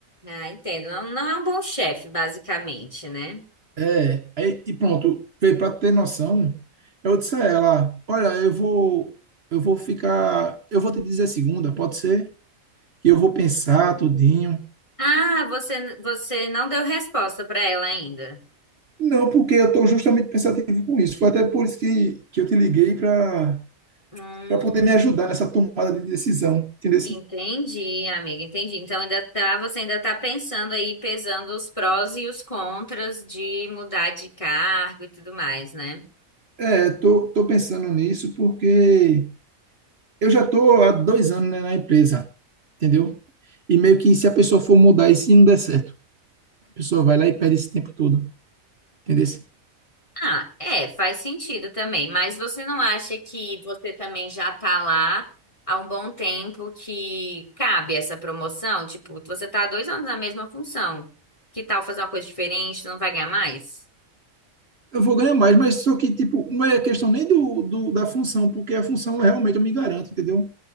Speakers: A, on the left (about 25°); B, on the right (about 50°).
A: Ah, entendo. Não, não é um bom chefe, basicamente, né?
B: É, aí, e pronto, Vê, pra ter noção, eu disse a ela, olha, eu vou, eu vou ficar, eu vou te dizer segunda, pode ser? E eu vou pensar tudinho.
A: Ah, você, você não deu resposta para ela ainda.
B: Não, porque eu tô justamente pensativo com isso. Foi até por isso que, que eu te liguei pra
A: Hum,
B: para poder me ajudar nessa tomada de decisão, entendeu?
A: entendi, amiga, entendi. Então ainda tá, você ainda tá pensando aí, pesando os prós e os contras de mudar de cargo e tudo mais, né?
B: É, tô, tô pensando nisso porque eu já tô há dois anos, né, na empresa, entendeu? E meio que se a pessoa for mudar e se não der certo, a pessoa vai lá e perde esse tempo todo, entendeu?
A: Ah, é, faz sentido também, mas você não acha que você também já tá lá há um bom tempo que cabe essa promoção? Tipo, você tá há dois anos na mesma função. Que tal fazer uma coisa diferente? Não vai ganhar mais?
B: Eu vou ganhar mais, mas só que, tipo, não é questão nem do, do da função, porque a função realmente eu me garanto, entendeu?